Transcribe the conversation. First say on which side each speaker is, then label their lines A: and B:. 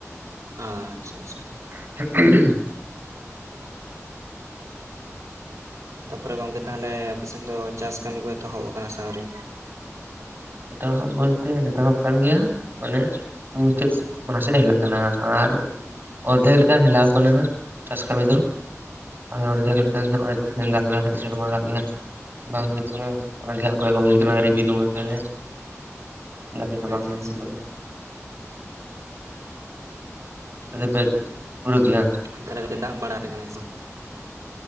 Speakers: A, on the right (about 75°); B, on the right (about 35°).
A: ᱟᱻ ᱟᱪᱪᱷᱟ ᱟᱪᱪᱷᱟ᱾
B: <unintelligible>
A: ᱛᱟᱯᱚᱨᱮ ᱜᱚᱝᱠᱮ ᱛᱟᱦᱞᱮ ᱟᱯᱮᱥᱮᱫ ᱫᱚ ᱪᱟᱥ ᱠᱟᱹᱢᱤ ᱠᱚ ᱮᱛᱚᱦᱚᱵ ᱟᱠᱟᱱᱟ ᱥᱮ ᱟᱹᱶᱨᱤ?
B: ᱮᱛᱚᱦᱚᱵ ᱵᱚᱞᱛᱮ ᱮᱛᱚᱦᱚᱵ ᱠᱟᱱ ᱜᱮᱭᱟ ᱢᱟᱱᱮ ᱢᱩᱪᱟᱹᱫ ᱢᱟᱥᱮᱫ ᱦᱮᱞᱟᱜ ᱠᱟᱱᱟ ᱟᱨ ᱚᱨᱫᱮᱠ ᱞᱮᱠᱟ ᱦᱮᱞᱟᱣ ᱟᱠᱟᱱᱟ ᱦᱟᱸᱜ ᱪᱟᱥ ᱠᱟᱹᱢᱤ ᱫᱚ᱾ ᱚᱨᱫᱷᱮᱠ ᱞᱮᱠᱟ ᱜᱮ ᱦᱟᱜ ᱦᱚᱜ-ᱚᱭ ᱫᱟᱜ ᱫᱟᱭ ᱦᱟᱜ ᱥᱮᱨᱢᱟ ᱫᱟᱜ ᱜᱮ ᱦᱟᱜ᱾ ᱵᱟᱝ ᱦᱩᱭᱩᱜ ᱠᱟᱱᱟ ᱚᱱᱟᱜᱮ ᱟᱠᱚᱜᱩ ᱦᱩᱭ ᱠᱟᱱᱟ ᱨᱤᱢᱤᱞ ᱢᱟᱪᱷᱟ ᱨᱮᱼᱼ ᱚᱱᱟᱜᱮ ᱦᱳᱭ
A: ᱟᱪᱪᱷᱟ ᱟᱪᱪᱷᱟ
B: ᱦᱤᱡᱩᱜ ᱠᱟᱱᱟ᱾ <inaudible> <unintelligible> ᱯᱩᱨᱟᱹ ᱜᱮᱞᱟ᱾
A: ᱛᱟᱦᱚᱞᱮ ᱜᱚᱝᱠᱮ ᱫᱟᱜ ᱵᱟᱲᱟ ᱟᱯᱮ ᱠᱟᱱᱟ ᱥᱮ ᱵᱟᱝ?